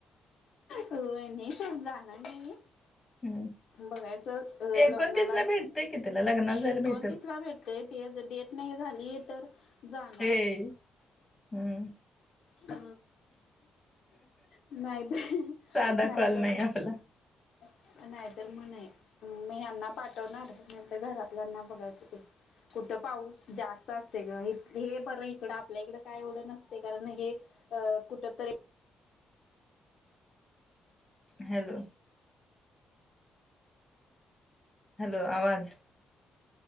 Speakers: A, on the left; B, on the left.
A: होणे स जाण नाही.
B: हम्म
A: बघायचं
B: एकोणतीस
A: लग्नाला
B: ला भेटतय की तिला लग्नाला जायला
A: एकोणतीस.
B: भेटेल
A: भेटतय ते डेट नाही झाली तर जाणार.
B: ए हम्म
A: अ नाहीतर
B: साधा
A: नाहीतर
B: कॉल नाही आपला <inaudible>
A: नाही तरर म मी ह्यांना पाठवणार नाही तर घरातल्यांना बघायच ते. कुठं पाऊस जास्त असते ग हे बरं इकडं आपल्या इकडं काय एवढं नसते कारण नाही. अ कुठत.
B: हॅलो! हॅलो आवाज.